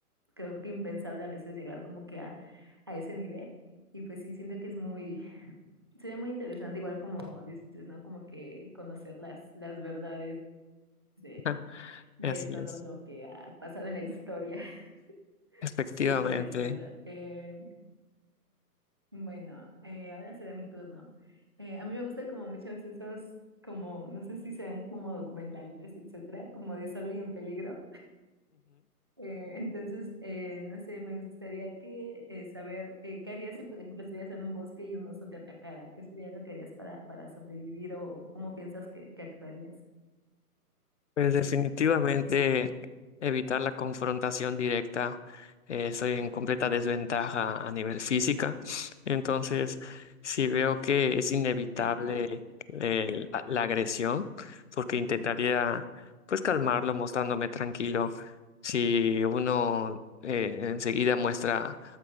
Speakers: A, on the right; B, on the left.
A: creo que impensable a veces llegar como que a, a ese nivel. Y pues sí, siento que es muy, <laughs> sería muy interesante, igual como dices, ¿no? Como que conocer las, las verdades de,
B: <laughs>
A: de
B: Así
A: todo
B: es,
A: lo que ha pasado en la historia. <laughs>
B: efectivamente.
A: Ok, de acuerdo. Eh, bueno, eh, ahora será mi turno. Eh, a mí me gustan como muchos esos, como, no sé si sean como documentales, etcétera, como de Solo y en Peligro. Eh, entonces, eh, no sé, me gustaría que eh, saber eh, qué harías si, por ejemplo, estuvieras en un bosque y un oso te atacara. ¿Qué sería lo que harías para, para sobrevivir o, cómo piensas que, que actuarías?
B: Pues definitivamente evitar la confrontación directa. eh, estoy en completa desventaja a nivel física. Entonces, si veo que es inevitable
A: <laughs>
B: el-
A: Sí.
B: la, la agresión, porque intentaría pues calmarlo mostrándome tranquilo. Si uno eh, enseguida muestra